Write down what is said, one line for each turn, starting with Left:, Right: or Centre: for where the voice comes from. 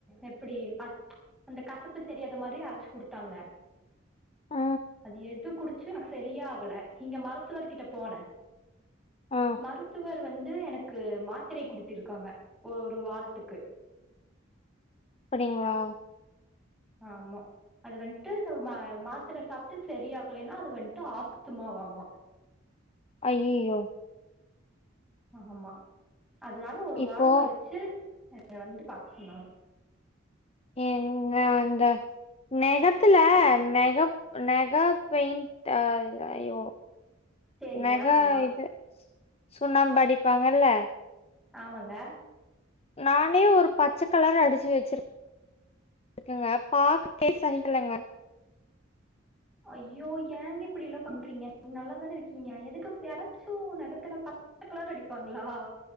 Centre: எப்புடி பாத் அந்த கசப்பு தெரியாத மாரி அரச் குடுத்தாங்க
Left: ஆ
Centre: அது எது குடிச்சு எனக் சரிய ஆகல இங்க மருத்துவர் கிட்ட போன
Left: ஆ
Centre: மருத்துவர் வந்து எனக் க்கு மாத்திரை குடுத்திருக்காங்க ஒரு வாரத்துக்கு
Left: அப்படிங்களா
Centre: ஆம்மா அது வன்ட்டு இந்த மா மாத்துர சாப்ட்டு செரியாகலைன்னா அது வன்ட்டு ஆஸத்துமாவாம்மா
Left: ஐயியோ
Centre: ஆம்மா அதுனால ஒரு
Left: இப்போ
Centre: வாரோம் களிச்சு என்ய வந்து பாக்க சொன்னாங்க
Left: எங்கங்க நெகத்துல நெகப் நெக பெயிண்ட் அ அய்யோ
Centre: சேரிங்க
Left: நெக
Centre: ஆமா
Left: இது சுண்ணாம்பு அடிப்பாங்கல்ல
Centre: ஆமாங்க
Left: நானே ஒரு பச்ச கலர் அடிச்சு வெச்சிரு இக்குங்க பாக்ககே சகிக்கலங்க
Centre: ஐயோ ஏங்க இப்புடி இல்லா பண்றீங்க நீ நல்லாதானே இருக்கீங்க எதுக்குப் பரச்சு நெகத்துல பத் சக் கலர் அடிப்பாங்களா